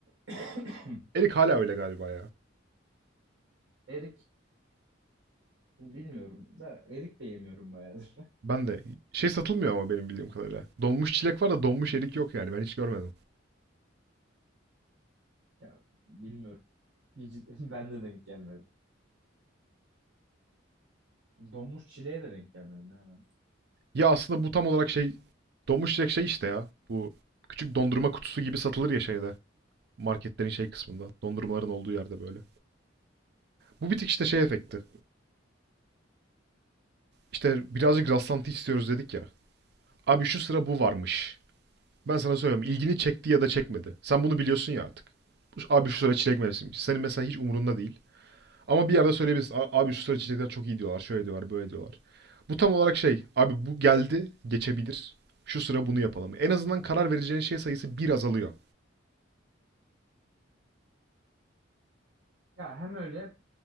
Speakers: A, on the right; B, on the right.
A: <coughs>
B: Erik hala öyle galiba ya.
A: <clears throat> Erik bilmiyorum da erik de yemiyorum bayağıdır. <laughs>
B: Ben de şey satılmıyor ama benim bildiğim kadarıyla. Donmuş çilek var da donmuş erik yok yani ben hiç görmedim.
A: Ya bilmiyorum. Hiç- <laughs> ben de denk gelmedim. Donmuş çileğe de denk gelmedim hemen.
B: Ya aslında bu tam olarak şey donmuş çilek şey işte ya. Bu küçük dondurma kutusu gibi satılır ya şeyde. Marketlerin şey kısmında. Dondurmaların olduğu yerde böyle. Bu bir tık işte şey efekti. İşte birazcık rastlantı istiyoruz dedik ya. Abi şu sıra bu varmış. Ben sana söylüyorum ilgini çekti ya da çekmedi. Sen bunu biliyorsun ya artık. Abi şu sıra çilek mevsimiymiş. Senin mesela hiç umurunda değil. Ama bir yerde söyleyebiliriz. Abi şu sıra içecekler çok iyi diyorlar. Şöyle diyorlar, böyle diyorlar. Bu tam olarak şey. Abi bu geldi, geçebilir. Şu sıra bunu yapalım. En azından karar vereceğin şey sayısı bir azalıyor.
A: Ya hem öyle